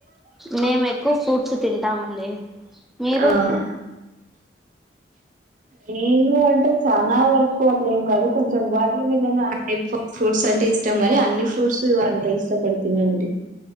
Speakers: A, in the centre; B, on the right.
A: మేము ఎక్కువ ఫ్రూట్స్ తింటామండి మీరు
B: అవు నేను అంటే చానా వరకు అట్ల ఏం కాదు కొంచెం వాటర్ మిలన్ ఆ టైప్ ఆఫ్ ఫ్రూట్స్ అంటే ఇష్టం నీ అన్ని ఫ్రూట్స్ అంత ఇష్టపడుతున్నాండి